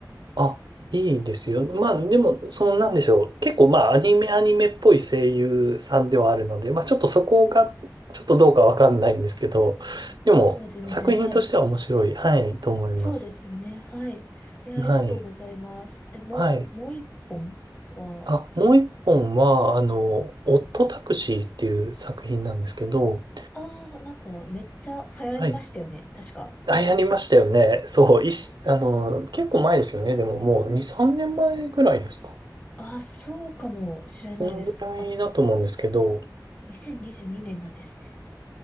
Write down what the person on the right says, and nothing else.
あ、いいですよ。まあ、でも、その、なんでしょう。結構、まあ、アニメ、アニメっぽい声優さんではあるので、まあ、ちょっとそこが、
ちょっとどうかわかんないんですけど、でも、
作品としては面白い、
はい、と思います。
はい。
はい。
あ、もう一本は、あの、オットタクシーっていう作品なんですけど、
はい。
あ、やりましたよね。そう、いし、あの、結構前ですよね。でも、もう2、3年前ぐらいですか。
そのぐらいだと思うんですけど、